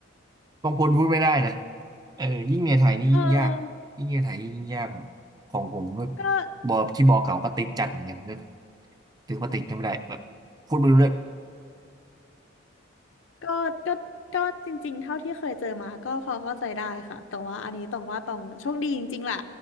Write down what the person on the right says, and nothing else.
บางคนพูดไม่ได้นะเออยิ่งในไทยนี่ยิ่งยากยิ่งในไทยยิ่งยากแบบของผมแบบ
บอที่บอเก่าก็ติดจัดเหมือนกันก็ถือว่าติดกันไม่ได้แบบพูดไม่รู้เรื่อง